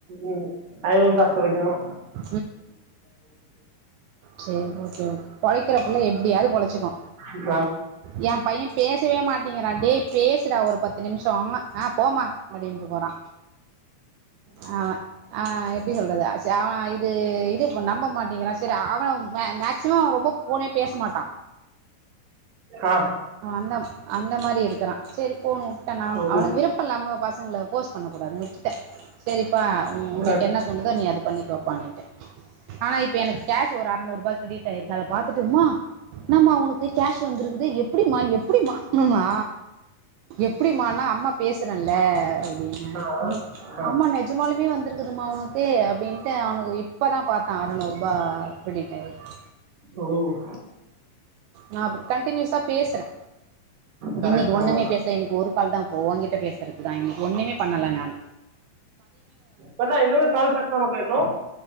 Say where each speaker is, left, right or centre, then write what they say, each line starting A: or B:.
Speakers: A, on the right; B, on the right.
A: உ அதுந்தா துடிக்கணு
B: உ செரி ஓகே ஓகே பொழைக்கிற புள்ள எப்டியாவது பொழை ச்சுகு
A: ந்நா
B: யாம் பையே பேசவே மாட்டேங்கிறா டே பேசுறா ஒ ஒரு பத்து நிமிஷோ ஆ போமா அப்டின்ட்டு போறா அவ ஆ எப்டி சொல்றது சரி அவ இப் இது இது இப்ப நம்ப மாட்டேங்கிறா சொ செரி அவ மே மேக்சிமம் அவ ரொம்ப ஃபோனே பேச மாட்டா
A: ஆ
B: அவ அந்த அந்த மாரி இருக்குறா செரி போணு வுட்டே நானு
A: ஓ
B: அவனுக்கு விருப்ப இல்லாம பசங்கள ஃபோர்ஸ் பண்ணக் கூடாதுனு விட்டே சேரிப்பா உ
A: கா-
B: உனக்கு என்ன தோணுதோ நீ அத பண்ணிக்கோப்பானிட்டே ஆனா இப்ப எனக்கு கேஷ் ஒரு அறநூறுபா கிரடிட் ஆயிருக்கு அத பாத்துட்டு மா இன்னாமா உனக்கு கேஷ் வந்திருக்குது இது எப்டிமா எப்டிமா ஹு ன்னா எப்டிமானா அம்மா பேசுறேன்ல அப்டின்னே
A: ஆ ஆ
B: அம்மா நெஜமாலுமே வந்திருக்குதுமா உனக்கு அப்படின்ட்டு அவனுக்கு இப் இப்பதா பாத்தா அறநூறுபா கிரிடிட் ஆயிருக்கு
A: ஓ
B: நா கண்ட்டினுசா பேசுறே
A: கரெக்ட்
B: இன்னைக்கு ஒண்ணுமே
A: ஆமாக்கா
B: பேசல இன்னைக்கு ஒரு கால் தா வ ஓங்கிட்ட பேசு இர்க்குதா இன்னக்கி ஒன்னுமே பண்ணல நானு
A: கண்ணா இன்னுமே கால் பேசல மாப்பா இன்னு